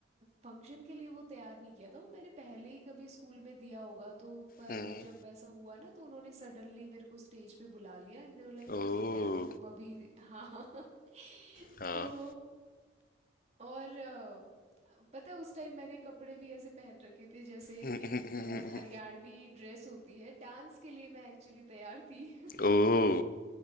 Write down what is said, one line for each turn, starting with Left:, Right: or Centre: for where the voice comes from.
Right: फंक्शन के लिए वो तैयार नहीं किया था वो मैंने पहले ही कभी स्कूल में दिया होगा तो पर
Left: हम्म,
Right: जब ऐसा हुआ ना तो उन्होंने सडनली मेरे को स्टेज पे बुला लिया एंड दे वर लाइक कि
Left: ओह
Right: ठीक है तुम अभी हाँ <laughs>
Left: हाँ
Right: तो और अ, पता है उस टाइम मैंने कपड़े भी ऐसे पहन रखे थे जैसे
Left: <laughs>
Right: एक अ, हरियाणवी ड्रेस होती है डांस के लिए मैं एक्चुअली तैयार थी <laughs>
Left: ओह